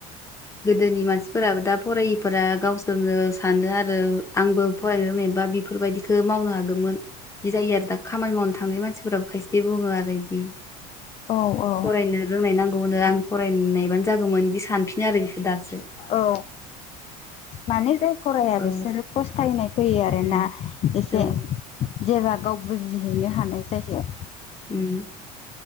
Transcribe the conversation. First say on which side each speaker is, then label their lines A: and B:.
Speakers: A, on the left (about 15°); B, on the left (about 35°).
A: गोदोनि मानसिफोराबो दा फरायिफोरा गावसोरनो सानो आरो आंबो फरायनो रोंनाय बा बेफोरबायदिखौ मावनो हागौमोन बिदि जायो आरो दा खामानि मावनो थाखाय थानाय मानसिफोराबो खायसे बुङो आरो बिदि
B: औ औ
A: फरायनो रोंनाय नांगौनो आं फरायनायबानो जागौमोन बिदि सानफिनो आरो बिसोर दासो।
B: औ माने जे फराया
A: औ
B: बिसोरो फस्थायनाय फैयो आरोना
A: उम
B: एसे।
A: औ
B: जेब्ला गाव बुजिहैनो हानाय जायो।
A: उम